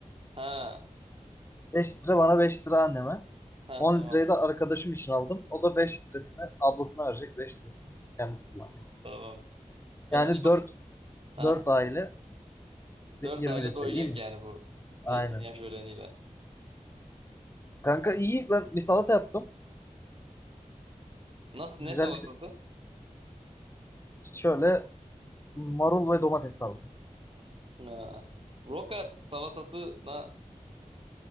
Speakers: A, on the right; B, on the left.
A: Ha.
B: 5 lira bana 5 lira anneme.
A: Ha
B: 10
A: tamam.
B: litreyi de arkadaşım için aldım. O da 5 lirasını ablasına verecek. 5 lirasını kendisi kullanacak.
A: Tamam. Tadına
B: Yani
A: bak.
B: 4
A: Ha.
B: 4 aile
A: dört
B: 20
A: ayla
B: litre
A: doyacak
B: iyi mi?
A: yani bu zeytinyağı
B: Aynen.
A: şöleniyle.
B: Kanka iyi ben bir salata yaptım.
A: Nasıl?
B: Güzel
A: Ne salatası?
B: şöyle Marul ve domates salatası.
A: Ha. Roka salatasına